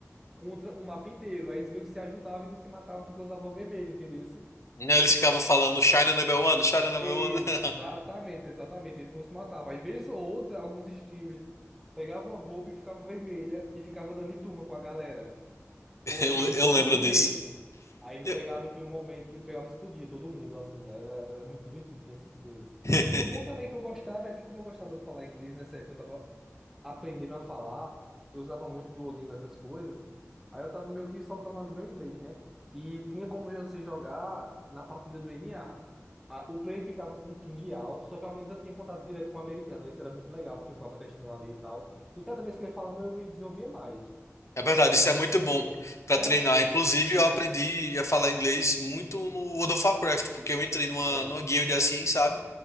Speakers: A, in the centre; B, on the left (about 65°).
A: contra o mapa inteiro. Aí eles meio que se ajudavam e não se matavam porque usavam vermelho, entendeu?
B: E aí Eles ficavam falando China number one, China number
A: Exatamente,
B: one. <laughs>
A: exatamente. Eles não se matavam. Às vezes ou outra, alguns streamers pegavam a roupa e ficava vermelha e ficava dando em turma com a galera, como
B: Eu,
A: se ele
B: eu
A: fosse
B: lembro
A: um chinês.
B: disso.
A: Aí ele
B: Eu-
A: pegava e tinha um momento que ele pegava e explodia todo mundo, assim. Era, era muito divertido, tinha essas coisas.
B: <laughs>
A: E o bom também que eu gostava é que, como eu gostava de falar inglês nessa época, eu tava aprendendo a falar, eu usava muito Duolingo, essas coisas. Aí eu tava meio que soltando ali meu inglês, né? E tinha como você jogar na partida do NA. A- A- O player ficava com um ping alto, só que ao menos eu tinha contato direto com o americano. Isso era muito legal, porque eu ficava testando ali e tal. E cada vez que eu ia falando, eu me desenvolvia mais.
B: É
A: Aí
B: verdade,
A: eu,
B: isso
A: eu
B: é
A: gostei
B: muito bom
A: muito,
B: pra
A: né?
B: treinar. Inclusive, eu aprendi a falar inglês muito no World of Warcraft, porque eu entrei numa,
A: É.
B: numa guild assim, sabe?